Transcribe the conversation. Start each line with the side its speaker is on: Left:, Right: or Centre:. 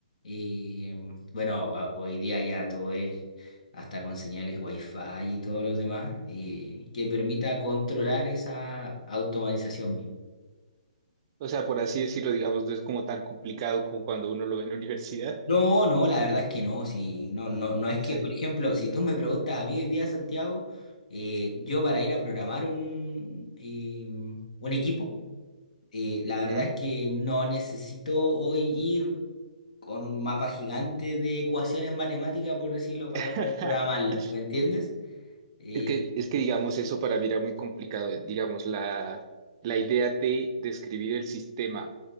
Left: eh, bueno, a- hoy día ya todo es hasta con señales Wi-Fi y todos los demás, eh, que permita controlar esa automatización misma.
Right: o sea, por así decirlo, digamos, no es como tan complicado como cuando uno lo ve en la universidad.
Left: No, no, la verdad es que no, si, no, no, no es
Right: Esa.
Left: que, por ejemplo, si tú me preguntas a mí hoy día, Santiago, eh, yo para ir a programar un, eh, un equipo, eh, la
Right: Ujú.
Left: verdad es que no necesito hoy ir con un mapa gigante de ecuaciones matemáticas, por decirlo, para
Right: <laughs>
Left: poder programarlo, ¿me entiendes? Eh,
Right: Es que, es que, digamos, eso para mí era muy complicado. Digamos, la, la idea de describir el sistema